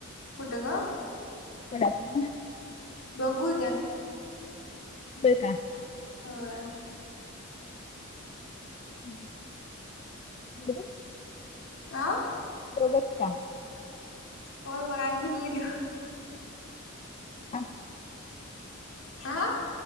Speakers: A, on the left (about 75°); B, on the left (about 30°).
A: कुठग?
B: कोल्हापूरला
A: बघू उद्या.
B: बरं का?
A: हो.
B: <unintelligible> दोघ
A: आ.
B: दोघच का?
A: होय आणि कोणाला घेऊ.
B: आ.
A: हा.